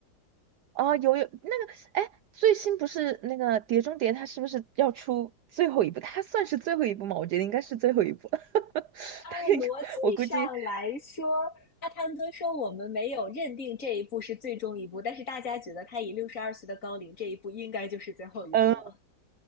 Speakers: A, on the right (about 75°); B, on the left (about 40°).
A: 啊，有有那个，哎，最新不是那个《碟中谍》，它是不是要出最后一部？它算是最后一部吗？我觉得应该是最后一部。<laughs>
B: 啊，
A: 它应该，
B: 逻辑上来说，
A: 我估计。
B: 阿汤哥说我们没有认定这一步是最终一步，但是大家觉得他以六十二岁的高龄，这一步应该就是最后一步了。
A: 嗯。